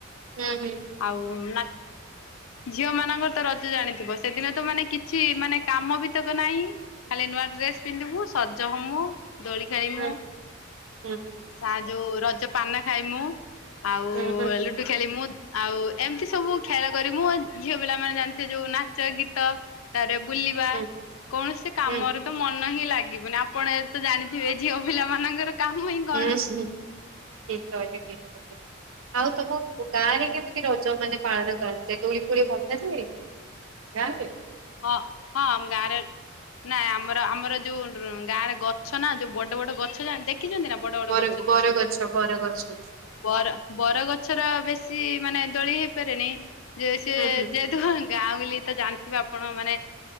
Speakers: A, on the right; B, on the left.
A: ହୁଁ ହୁଁ
B: ଆଉ ନା ଝିଅ ମାନଙ୍କର ତ ରଜ ଜାଣିଥିବ ସେଦିନ ତ ମାନେ କିଛି ମାନେ କାମ ବି ତକ ନାହିଁ। ଖାଲି ନୂଆ ଡ୍ରେସ୍ ପିନ୍ଧିବୁ, ସଜ ହମୁ, ଦୋଳି ଖେଳିମୁ।
A: ହୁଁ ହୁଁ ହୁଁ
B: ସା ଯୋଉ ରଜ ପାନ ଖାଏ ମୁଁ ଆଉ
A: ହୁଁ
B: ଲୁୁଡ଼ୁ ଖେଳିମୁଁ ଆଉ ଏମିତି ସବୁ ଖେଳ କରି ମୁଁ ଝିଅ ପିଲା ମାନେ ଜାଣିଥିବେ ଯୋଉ ନାଚ ଗୀତ ତାପରେ ବୁଲିବା
A: ହୁଁ
B: କୌଣସି କାମରେତ
A: ହୁଁ
B: ମ ନାହିଁ ଲାଗିବନି ଆପଣ ତ ଜାଣିଥିବେ ଝିଅ ପିଲା ମାନଙ୍କର କାମ ହିଁ କଣ?
A: ଉଁ ହୁଁ ଠିକ୍ କହିଛ ଠିକ୍ କହିଛ ଆଉ ତମ ଗାଁ ରେ କେମିତି ରଜ ମାନେ ପାଳନ କରାଯାଏ? ଦୋଳି ଫୋଳି ବନ୍ଧା ଯାଏ? ଗାଁରେ
B: ହଁ ହଁ ମ୍ୟାରେ ନାଁ ଆମର-ଆମର ଯୋଉ ଗାଁରେ ଗଛ ନା, ଯୋଉ ବଡ ବଡ ଗଛ ଜାଣି ଦେଖିଛନ୍ତି ନା। ବଡ ବଡ
A: ବର-
B: ଗଛ ଯୋଉ
A: ବର
B: ସବୁ
A: ଗଛ ବର ଗଛ।
B: ବର ବରଗଛର ବେଶୀ ମାନେ ଦୋଳି ହେଇପାରେନି। ଯେ ସେ
A: ହୁଁ ହୁଁ
B: ଯେ ଗାଉଁଲି ତ ଜାଣିଥିବେ ଆପଣ ଆପଣ ମାନେ